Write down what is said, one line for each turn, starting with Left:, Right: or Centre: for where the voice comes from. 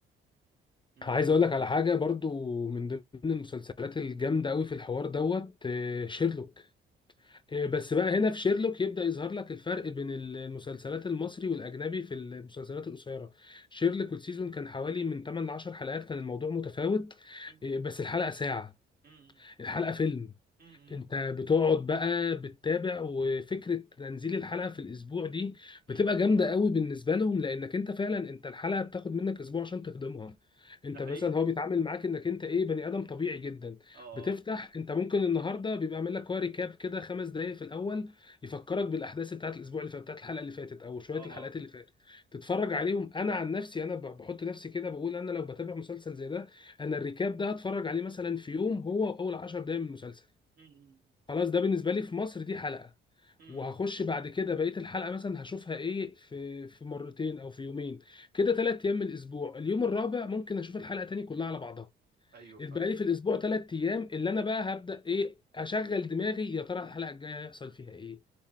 Right: مم.
Left: عايز اقول لك على حاجه برضو من ضمن المسلسلات الجامده قوي في الحوار دوت آه، شيرلوك آه، بس بقى هنا في شيرلوك يبدا يظهر لك الفرق بين المسلسلات المصري والاجنبي في المسلسلات القصيره شيرلوك السيزون كان حوالي من 8 ل 10 حلقات كان الموضوع متفاوت
Right: مم.
Left: آه، بس الحلقه ساعه
Right: مم.
Left: الحلقه فيلم
Right: مم.
Left: انت بتقعد بقى بتتابع وفكره تنزيل الحلقه في الاسبوع دي
Right: مم.
Left: بتبقى جامده قوي بالنسبه لهم لانك انت فعلا انت الحلقه بتاخد منك اسبوع عشان تخدمها انت
Right: ده حقيقي
Left: مثلا هو بيتعامل معاك انك انت ايه بني ادم طبيعي جدا
Right: اه
Left: بتفتح
Right: اه
Left: انت ممكن النهارده بيبقى عامل لك هو ريكاب كده خمس دقائق في الاول يفكرك بالاحداث بتاعت الاسبوع اللي فات بتاعت الحلقه اللي فاتت او شويه
Right: اه
Left: الحلقات
Right: اه
Left: اللي فاتت تتفرج عليهم انا عن نفسي انا ب- بحط نفسي كده بقول انا لو بتابع مسلسل زي ده انا الريكاب ده هتفرج عليه مثلا في يوم هو اول 10 دقائق من المسلسل
Right: مم.
Left: خلاص ده بالنسبه لي في مصر دي حلقه
Right: مم.
Left: وهخش بعد كده بقيه الحلقه مثلا هشوفها ايه في في مرتين او في يومين كده ثلاث ايام من الاسبوع اليوم الرابع ممكن اشوف الحلقه تاني كلها على بعضها
Right: ايوه فاهم
Left: يبقى لي في الاسبوع ثلاث ايام اللي انا بقى هبدا ايه اشغل دماغي يا ترى الحلقه الجايه هيحصل فيها ايه